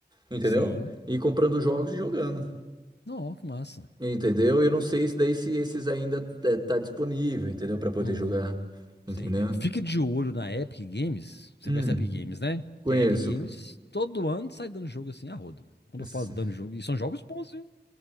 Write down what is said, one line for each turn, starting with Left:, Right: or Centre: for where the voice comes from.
Right: entendeu?
Left: Sim.
Right: E comprando jogos e jogando.
Left: Não, que massa.
Right: Entendeu? Eu não sei se daí se esses ainda é, tá disponível, entendeu? Pra poder
Left: Hum,
Right: jogar,
Left: sim.
Right: entendeu?
Left: Fique de olho na Epic Games. Você
Right: Hum,
Left: conhece a Epic Games, né?
Right: conheço.
Left: Que a Epic Games todo ano sai dando jogo assim a rodo. Quando
Right: Esse-
Left: eu falo dando jogo, e são jogos bons, viu?